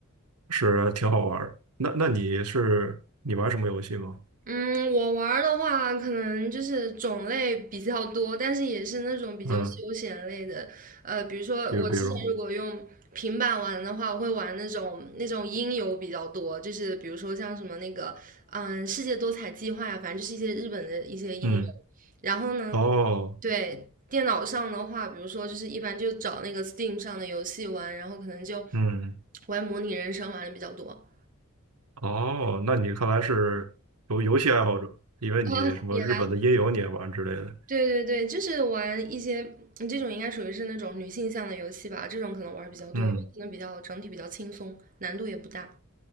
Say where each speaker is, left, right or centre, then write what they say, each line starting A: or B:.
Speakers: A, on the right; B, on the right.
A: 是挺好玩儿。那那你是你玩什么游戏吗？
B: 嗯，我玩儿的话，可能就是种类比较多，但是也是那种比较休闲类的。
A: 嗯，
B: 呃，比如说我之前如果用平板玩的话，
A: 比如比如，
B: 我会玩那种那种音游比较多，就是比如说像什么那个嗯世界多彩计划呀，反正就是一些日本的一些音游。
A: 嗯，
B: 然后呢，
A: 哦，
B: 对，电脑上的话，比如说就是一般就找那个 Steam 上的游戏玩，然后可能就
A: 嗯，
B: 玩模拟人生玩的比较多。
A: 哦，那你看来是游游戏爱好者，因为你什么日本的音游你也玩之类的，
B: 啊，也对对对，就是玩一些嗯这种应该属于是那种女性向的游戏吧，这种可能玩儿比较多，
A: 嗯
B: 因为可能比较整体比较轻松，难度也不大。